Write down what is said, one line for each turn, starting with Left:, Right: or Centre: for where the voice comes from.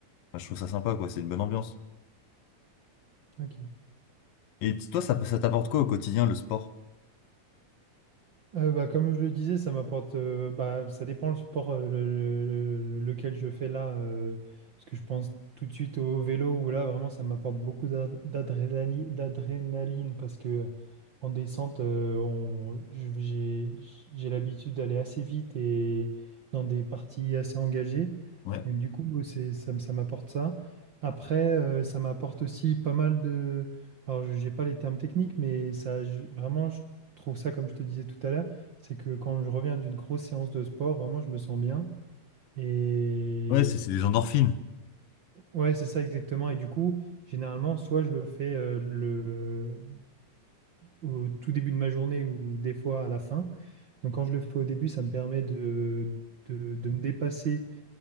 Left: enfin, je trouve ça sympa, quoi. C'est une bonne ambiance.
Right: Ok.
Left: Et t- toi, ça, ça t'apporte quoi au quotidien, le sport?
Right: Euh, bah, comme je le disais, ça m'apporte. euh, bah, ça dépend le sport euh, le- le- lequel je fais là. euh, parce que je pense tout de suite au vélo où là, vraiment, ça m'apporte beaucoup d'ad- d'adrénaline, d'adrénaline. Parce que en descente, euh, on- je- j'ai j'ai l'habitude d'aller assez vite et dans des parties assez engagées.
Left: Ouais.
Right: Donc, du coup, c'est, ça, me- ça m'apporte ça. Après, euh, ça m'apporte aussi pas mal de. Alors, j'ai pas les termes techniques, mais ça, je- vraiment. je trouve ça, comme je te disais tout à l'heure, c'est que quand je reviens d'une grosse séance de sport, vraiment, je me sens bien. Et
Left: Ouais, c'est c'est des endorphines.
Right: ouais, c'est ça exactement. Et du coup, généralement, soit je le fais euh, le... au tout début de ma journée ou des fois à la fin. Donc quand je le fais au début, ça me permet de, de, de me dépasser